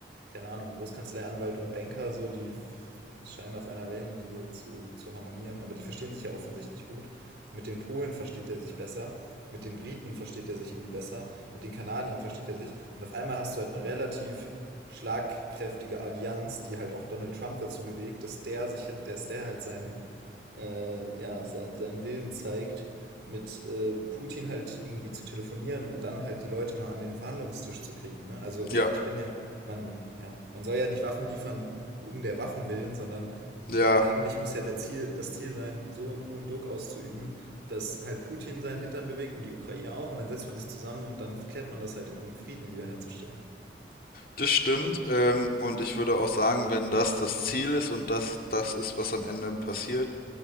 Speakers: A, on the right; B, on the left.
A: keine Ahnung, Großkanzlei, Anwalt und Banker, so, die f- scheinen auf einer Wellenlinie zu, zu harmonieren, aber die verstehen sich ja offensichtlich gut. Mit den Polen versteht er sich besser, mit den Briten versteht er sich irgendwie besser, mit den Kanadiern versteht er sich. Und auf einmal hast du halt eine relativ schlagkräftige Allianz, die halt auch Donald Trump dazu bewegt, dass der sich, dass der halt seinen äh, ja, sein, seinen Willen zeigt, mit äh, Putin halt irgendwie zu telefonieren und dann halt die Leute mal an den Verhandlungstisch zu kriegen. Ne? Also
B: Ja,
A: ich bin ja, man, ja, man soll ja nicht Waffen liefern um der Waffen willen, sondern
B: ja,
A: äh, eigentlich muss ja der Ziel, das Ziel sein, so hohen Druck auszuüben, dass halt Putin seinen Hintern bewegt und die Ukraine auch und dann setzt man sich zusammen und dann klärt man das halt, um Frieden wiederherzustellen.
B: das stimmt. Ähm, und ich würde auch sagen, wenn das das Ziel ist und das das ist, was am Ende passiert,